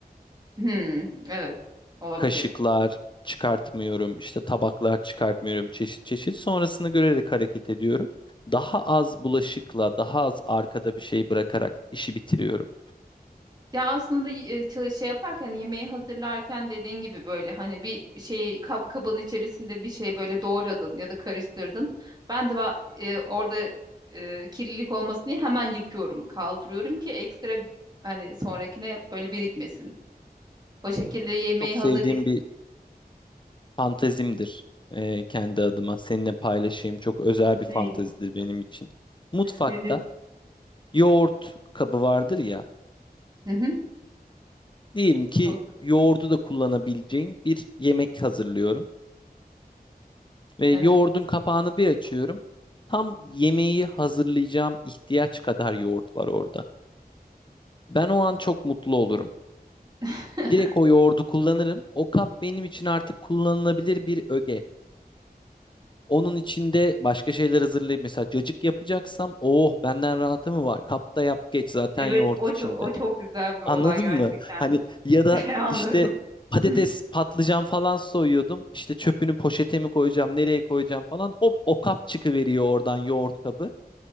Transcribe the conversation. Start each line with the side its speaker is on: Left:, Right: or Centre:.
Right: Hmm, Evet, olabilir.
Left: kaşıklar çıkartmıyorum, işte tabaklar çıkartmıyorum çeşit çeşit. Sonrasını görerek hareket ediyorum. Daha az bulaşıkla, daha az arkada bir şey bırakarak işi bitiriyorum.
Right: Ya aslında y- e, çal- şey yaparken hani yemeği hazırlarken dediğin gibi böyle hani bir şey kap, kabın içerisinde bir şey böyle doğradın ya da karıştırdın. Ben de ba- e, orada e, kirlilik olmasın diye hemen yıkıyorum, kaldırıyorum ki ekstra hani sonrakine böyle birikmesin. O
Left: Mesela
Right: şekilde
Left: şey,
Right: yemeği
Left: çok sevdiğim
Right: hazırlayıp
Left: bir fantezimdir e, kendi adıma. Seninle paylaşayım. Çok özel bir
Right: <laughs>
Left: fantezidir
Right: Ne,
Left: benim için. Mutfakta
Right: nedir?
Left: yoğurt kabı vardır ya.
Right: Hı hı.
Left: Diyelim ki
Right: Yok.
Left: yoğurdu da kullanabileceğim bir yemek hazırlıyorum. Ve yoğurdun
Right: Evet.
Left: kapağını bir açıyorum. Tam yemeği hazırlayacağım ihtiyaç kadar yoğurt var orada. Ben o an çok mutlu olurum.
Right: <laughs>
Left: Direkt o yoğurdu kullanırım. O kap benim için artık kullanılabilir bir öge. Onun içinde başka şeyler hazırlayayım. Mesela cacık yapacaksam, oh benden rahatı mı var? Kapta yap geç zaten
Right: Evet
Left: yoğurt
Right: o
Left: içinde.
Right: çok, o çok güzel bir olay
Left: Anladın
Right: gerçekten.
Left: mı? Hani ya da
Right: <laughs> Anlıyorum.
Left: işte patates,
Right: <laughs>
Left: patlıcan falan soyuyordum. İşte çöpünü poşete mi koyacağım, nereye koyacağım falan. Hop o kap çıkıveriyor oradan yoğurt kabı.